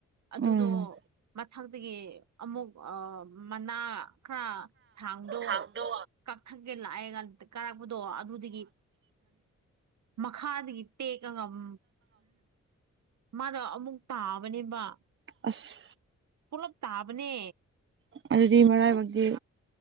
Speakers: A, on the right; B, on the right.
A: ꯑꯗꯨꯗꯣ
B: ꯎꯝ
A: ꯃꯊꯛꯇꯒꯤ ꯑꯃꯨꯛ ꯑꯥ ꯃꯅꯥ ꯈꯔ ꯊꯥꯡꯗꯣ
B: ꯊꯥꯕꯗꯣ
A: ꯀꯛꯊꯛꯀꯦ ꯂꯥꯛꯑꯦꯒꯥ ꯀꯥꯔꯛꯄꯗꯣ ꯑꯗꯨꯗꯒꯤ ꯃꯈꯥꯗꯗꯒꯤ ꯇꯦꯛ ꯀꯒ ꯎꯝ ꯃꯥꯗꯣ ꯑꯃꯨꯛ ꯇꯥꯕꯅꯦꯕ
B: ꯑꯁ
A: ꯄꯨꯂꯞ ꯇꯥꯕꯅꯦ
B: ꯑꯗꯨꯗꯤ ꯃꯔꯥꯏꯕꯛꯇꯤ
A: ꯑꯁ